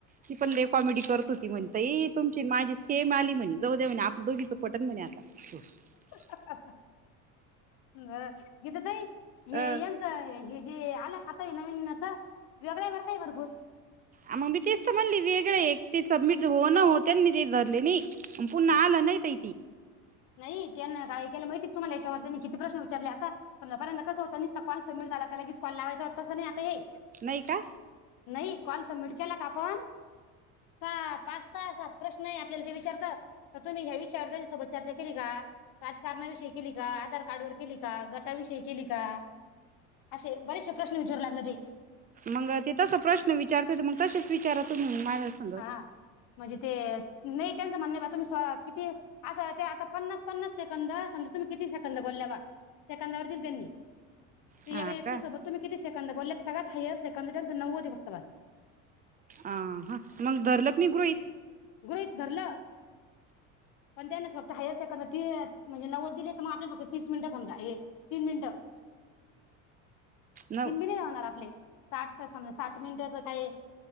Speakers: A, on the right; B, on the left.
A: ती पण ते कॉमेडी करत. होती म्हणतय तुमची न माझी सेम आली म्हणे जाऊदे म्हण आपलं दोघीचं पटण म्हणे आता <unintelligible>
B: <unintelligible> ह गीता ताई. हे
A: अ
B: यांचं हे जे आलं खात. <unintelligible> वेगळ वर काय भरपूर
A: आ मग मी तेस्त मली वेगळे ते सबमिट होन होते ते धरले म मग पुन्हा आल न ताई
B: नाही त्यांना काय केलं माहितीय तुमा ला याच्यावर त्यांनी किती प्रश्न विचारले आता समजार्यंत कसं कॉल सबमिट झाला. का लगेच कॉल लावायचा होता. तं नाही आता ए
A: नई का.
B: नै कॉल सबमिट केला का? पण साप पाच सहा सात प्रश्न हि ते आपल्याला ते विचार तो का तुम्ही ह्या विषयावर त्याच्यासोबत चर्चा केली का राजकारणाविषयी केली का? आधार कार्ड व केली का? गटाविषयी केली का? असे बरेचसे प्रश्न विचारू लागले ते.
A: मग ते तसा प्रश्न विचारते मग तसेच विचारा तुम्ही माझ्या संग
B: हा म्हजे ते नाही त्यांचं म्हणण बा तुम्ही किती असं ते आता पन्नास पन्नास सेकंद समजा तुम्ही किती सेकंद बोलल्या बा सेकंदावर दिल. त्यांनी ते
A: हा
B: यावे एकती
A: का?
B: सोबत तुम्ही किती? सेकंद बोलल्यात सगळ्यात हायर सेकंद त्याचं नव्वद हाय तफक्त बास.
A: हां हा. मग धरलक नि गृहित.
B: गृहित धरलं पण त्यांना फक्त हायर सेकड म्हणजे नव्वद दिली. तर मग आप फक्त तीस मिनिट समजा हे तीन मिनिट
A: न
B: तनबिने ला होणार आपले साठ त म्हजे साठ मिनिटाचं काय